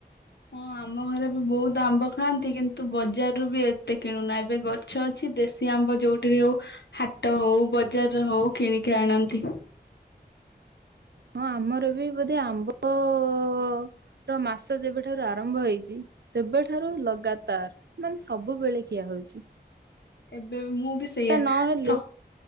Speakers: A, on the left; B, on the right.
A: ହଁ ଆମ ଘରେ ବି ବହୁତ ଆମ୍ବ ଖାଆନ୍ତି କିନ୍ତୁ ବଜାରରୁ ବି ଏତେ କିଣୁନା ଏବେ ଗ ଛ ଅଛି। ଦେଶୀ ଆମ୍ବ ଯୋଉଠି ହଉ ହାଟ ହଉ ବଜାରରେ ହଉ କିଣିକି ଆଣନ୍ତି।
B: ହଁ ଆମର ବି ବୋଧେ ଆମ୍ବର ମାସ ଯେବେଠାରୁ ଆରମ୍ଭ ହେଇଚି ସେବେଠାରୁ ଲଗାତାର ମାନେ ସବୁବେଳେ ଖିଆ ହଉଚି।
A: ଏବେ ବି ମୁଁ ବି ସେଇଆ
B: ନହେଲେ
A: ସ